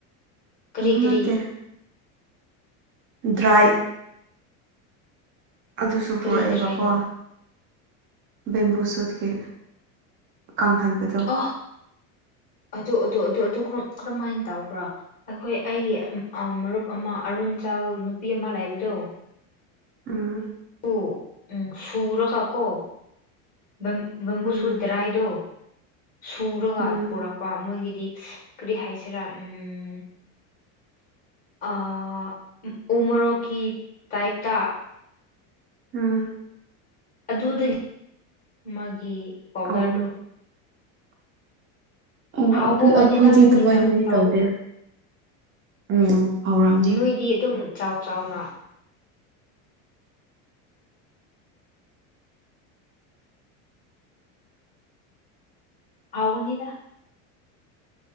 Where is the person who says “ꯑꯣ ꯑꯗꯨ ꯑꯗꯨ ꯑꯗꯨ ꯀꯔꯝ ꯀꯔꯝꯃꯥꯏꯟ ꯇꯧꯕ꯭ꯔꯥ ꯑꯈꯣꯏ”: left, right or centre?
Left